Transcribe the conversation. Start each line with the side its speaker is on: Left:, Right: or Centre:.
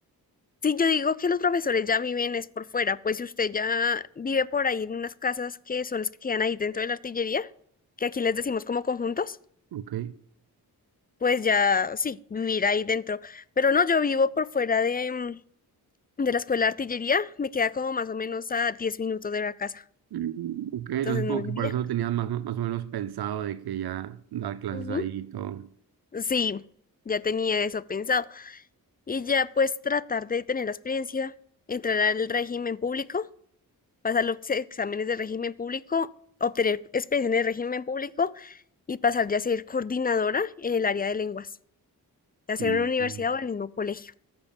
Left: Sí, yo digo que los profesores ya viven es por fuera, pues si usted ya vive por ahí en unas casas que son las que quedan ahí dentro de la artillería, que aquí les decimos como conjuntos,
Right: Ok.
Left: pues ya sí, vivir ahí dentro. Pero no, yo vivo por fuera de, mm, de la escuela de artillería, me queda como más o menos a 10 minutos de la casa,
Right: Mm, Ok, entonces
Left: entonces no
Right: como
Left: es
Right: que
Left: muy
Right: por
Left: lejos.
Right: eso lo tenía más, más o menos pensado de que ya dar clases
Left: Ujú.
Right: ahí y todo.
Left: Sí, ya tenía eso pensado. Y ya pues tratar de tener la experiencia, entrar al régimen público pasar los exámenes de régimen público, obtener experiencia en el régimen público y pasar ya a ser coordinadora en el área de lenguas, ya sea
Right: Mm.
Left: en una universidad o en el mismo colegio.